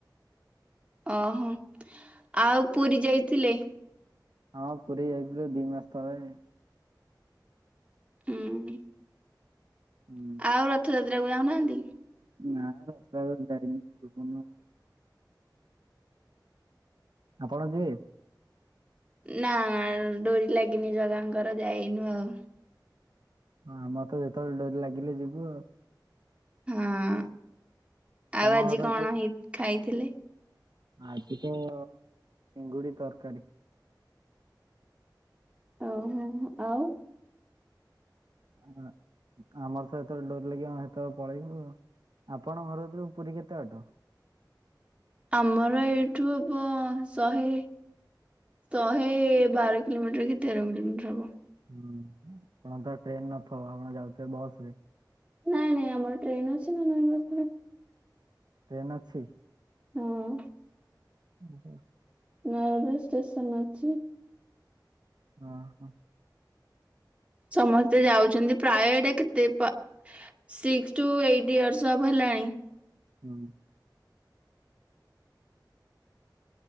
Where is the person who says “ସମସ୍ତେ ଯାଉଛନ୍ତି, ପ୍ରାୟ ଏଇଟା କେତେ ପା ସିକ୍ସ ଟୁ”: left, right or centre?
Right